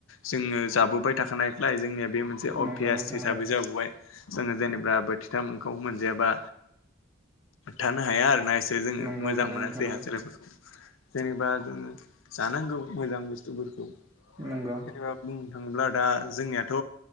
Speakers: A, on the left; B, on the right.
A: जोङो जाबोबाय थाखानायख्लाय जोंनिङा बे मोनसे अभियास
B: नंगौ नोंथां
A: हिसाबै
B: नंगौ
A: जाबोबाय जोङो जेनेबा बोथिथामखौ मोनजायाबा थानो हाया आरोना गोसो जोङो
B: नंगौ
A: मोजां
B: नंगौ
A: मोना
B: नोंथां
A: देहा
B: नंगौ
A: सोलेरफोरखौ जेनेबा जोंङो जानांगौ मोजां बुस्थुफोरखौ
B: नंगौ
A: जेनेबा बुं दा जोंनियाथ'